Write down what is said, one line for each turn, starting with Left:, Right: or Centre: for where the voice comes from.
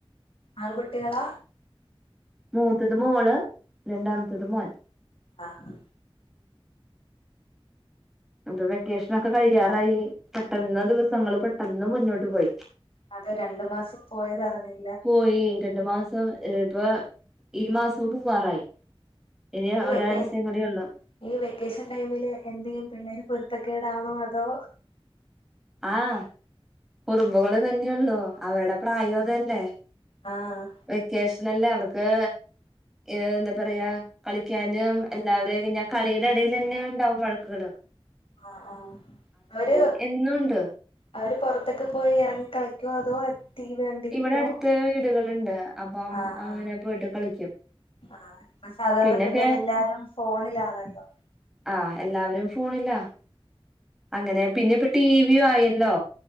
Left: ആൺകുട്ടികളാ
Centre: മൂത്തത് മോള് രണ്ടാമത്തത് മോൻ
Left: ആഹ്
Centre: അപ്പൊ വെക്കേഷന ഒക്കെ കഴിയാറായി പെട്ടന്ന് ദിവസങ്ങള് പെട്ടെന്ന് മുന്നോട്ട് പോയി
Left: അതെ രണ്ടു മാസം പോയത്റിഞ്ഞു
Centre: പോയി രണ്ടു മാസം ഇപ്പൊ ഈ മാസം പൂവാറായി ഇനി
Left: ഈ വെക്കേ
Centre: ഒരാഴ്ചയും കൂടിയേ ഉള്ളൂ
Left: ഈ വെക്കേഷൻ ടൈമില് എന്തെങ്കിലും പിള്ളേര് പൊരുത്തക്കെടാണോ അതോ
Centre: ആഹ് കുറുമ്പുകള് തന്നെയള്ളൂ അവരുടെ പ്രായം അതല്ലേ
Left: ആഹ്
Centre: വെക്കേഷന അല്ലേ അവർക്ക് എന്താ പറയാ കളിക്കാനും എല്ലാവരെയ കഴിഞ്ഞ കളിയുടെ ഇടയിൽ തന്നെ ഉണ്ടാവും വഴ ക്കള്അത്
Left: ആഹ് ആഹ് അവര്
Centre: എന്നുംണ്ട്
Left: അവര് പുറത്തൊക്കെ പോയി ഇറങ്ങി കളിക്കുവോ അതോ ടി വി കണ്ടിരിക്കോ
Centre: ഇവിടെ അടുത്ത് വീടുകളുണ്ട് അപ്പം
Left: ആഹ്
Centre: അങ്ങനെ
Left: ആഹ്
Centre: പോയിട്ട് കളിക്കും
Left: ആഹ് ഇപ്പ സാധാരണ
Centre: പിന്നൊക്കെ
Left: പിള്ളേരെല്ലാരും ഫോണിലാണല്ലോ
Centre: ആഹ് എല്ലാവരും ഫോണില അങ്ങനെ പിന്നെ ഇപ്പ ടിവിയും ആയല്ലോ